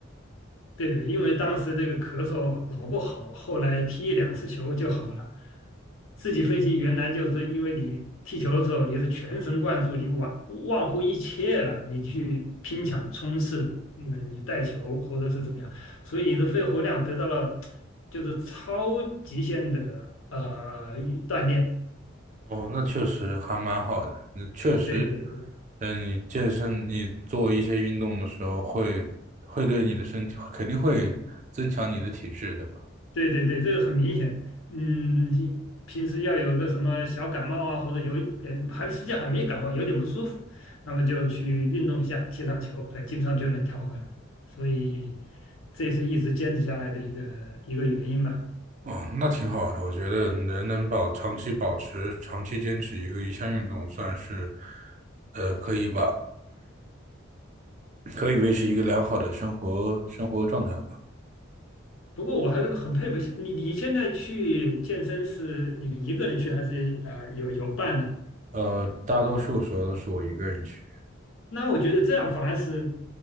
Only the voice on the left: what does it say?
对，因为当时这个咳嗽老不好，后来踢一两次球就好了。自己分析，原来就是因为你踢球的时候你是全神贯注，你忘忘乎一切了，你去拼抢冲刺，那、你带球或者是怎么样，所以你的肺活量得到了就是超极限的呃锻炼。
对对
对对对，这个很明显。嗯，你平时要有个什么小感冒啊，或者有呃还实际上还没感冒，有点不舒服，那么就去运动一下，踢场球，哎、基本上就能调回来。所以这也是一直坚持下来的一个一个原因吧。
不过我还是很佩服你，你现在去健身是你一个人去还是呃有有伴呢？
那我觉得这样反而是